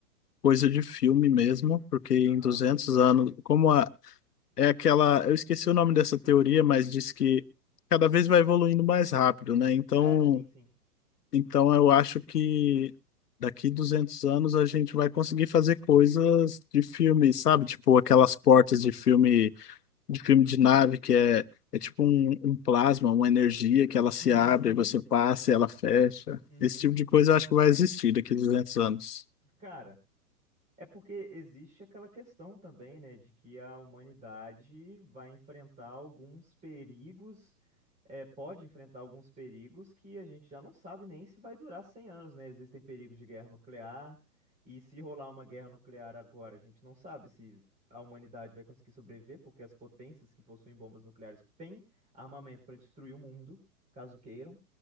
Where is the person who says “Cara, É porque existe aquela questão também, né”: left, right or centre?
Right